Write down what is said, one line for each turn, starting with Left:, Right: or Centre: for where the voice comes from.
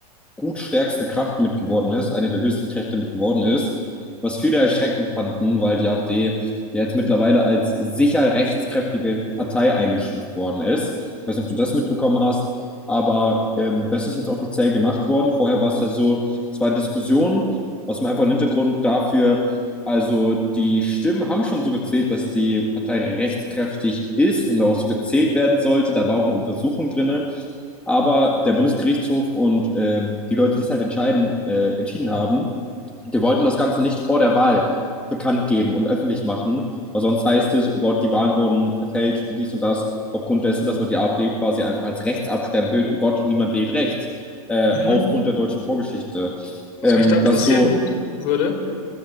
Centre: gut stärkste Kraft mit geworden ist, eine der höchsten Kräfte mit geworden ist, was viele erschreckend fanden, weil die AfD ja jetzt mittlerweile als sicher rechtskräftige Partei eingestuft worden ist. Ich weiß nicht, ob du das mitbekommen hast, aber ähm, das ist jetzt offiziell gemacht worden. Vorher war es ja so, es waren Diskussionen aus dem einfachen Hintergrund dafür, also die Stimmen haben schon so gezählt, dass die Partei rechtskräftig ist und auch so gezählt werden sollte. Da war auch eine Untersuchung drinne. Aber der Bundesgerichtshof und ähm, die Leute, die es halt entscheiden, äh, entschieden haben, die wollten das Ganze nicht vor der Wahl bekannt geben und öffentlich machen, weil sonst heißt es, oh Gott, die Wahlen wurden verfälscht und dies und das, aufgrund dessen, dass man die AfD quasi einfach als rechts abstempelt, oh Gott, niemand wählt rechts, äh,
Left: Mhm.
Centre: aufgrund der deutschen Vorgeschichte.
Left: Was
Centre: Ähm,
Left: mich da interessieren
Centre: das so
Left: würde,